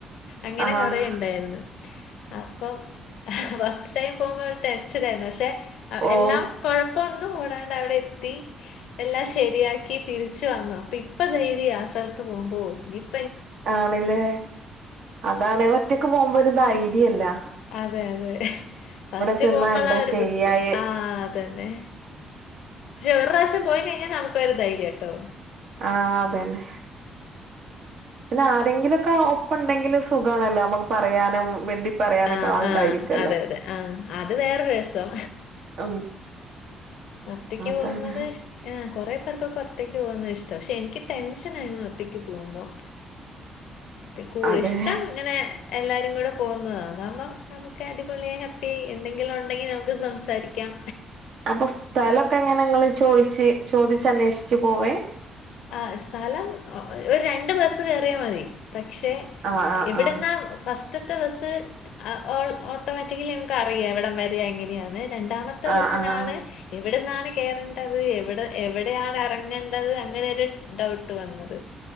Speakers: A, on the left; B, on the right.
A: അങ്ങനെ
B: ആഹ്
A: കൊറെ
B: ആഹ്
A: ഇണ്ടായിരുന്നു, അപ്പം ഫസ്റ്റ് ടൈം പോകുമ്പോ ഒരു ടെൻഷനായിരുന്നു, പക്ഷേ അ
B: ഓ
A: എല്ലാം കൊഴപ്പ ഒന്ന് ഓടാണ്ട് അവിടെ എത്തി എല്ലാം ശരിയാക്കി തിരിച്ച് വന്നു അപ്പൊ ഇപ്പ ധൈര്യാ ആ സ്ഥലത്ത് പോകുമ്പോ ഇപ്
B: ആണല്ലേ അതാണ് ഒറ്റൊക്ക് പോകുമ്പോ ഒരുധൈര്യ <unintelligible>
A: അതെ അതെ ഫസ്റ്റ്
B: ചെന്നാ
A: പോകുമ്പളാ
B: എന്താ
A: ഒരു
B: ചെയ്യായ്
A: ബുദ്ധി ആ അതന്നെ പക്ഷേ ഒരു പ്രാവശ്യം പോയി കഴിഞ്ഞാ നമുക്കൊരു ധൈര്യാ ട്ടോ.
B: ആ അതന്നെ പിന്നെ ആരെങ്കിലൊക്കെ ഒപ്പണ്ടെങ്കില് സുഖാണല്ലോ നമ്മക്ക് പറയാനും മിണ്ടി പറയാനൊക്കെ
A: ആ
B: ആളുണ്ടായിരിക്കല്ലോ
A: ആ അതെ അതെ ആ അത് വേറൊരു രസം.
B: ഉം
A: ഒറ്റയ്ക്ക്
B: അതാണ്
A: പോകുന്നത് ഇഷ് ഏ കൊറെ പേർക്കൊക്കെ ഒറ്റക്ക് പോകുന്നത് ഇഷ് ടം പക്ഷേ എനിക്ക് ടെൻഷനാ ഇങ്ങനെ ഒറ്റക്ക് പോവുമ്പം. കൂ
B: അതെ
A: ഇഷ്ടം ഇങ്ങനെ എല്ലാരും കൂടെ പോന്നത് അതാവുമ്പം നമുക്ക് അടിപൊളിയായി ഹാപ്പി എന്തെങ്കിലും ഒണ്ടെങ്കി നമുക്ക് സംസാരിക്കാം.
B: അപ്പ സ്ഥലൊക്കെ എങ്ങനെ നിങ്ങള് ചോയിച്ച് ചോദിച്ച് അന്വേഷിച്ചു പോവേ?
A: ആ സ്ഥലം ഒ ഒരു രണ്ട് ബസ് കേയറിയാ മതി. പക്ഷേ
B: ആഹ്
A: ഇവിടുന്നാ
B: ആഹ്
A: ഫസ് റ്റത്തെ ബസ് അ ഓ ഓട്ടോമാറ്റിക്കലി നമുക്ക് അറിയാം എവിടം വരെയാ എങ്ങനെയാ ണ് രണ്ടാമത്തെ
B: ആഹ്
A: ബസ്സിനാണ്
B: ആഹ് ആഹ്
A: എവിടുന്നാ കേറണ്ടത് എവിട എവിടെയാണ് ഇറങ്ങണ്ടത് അങ്ങനെ <unintelligible> ഡൗട്ട് വന്നത്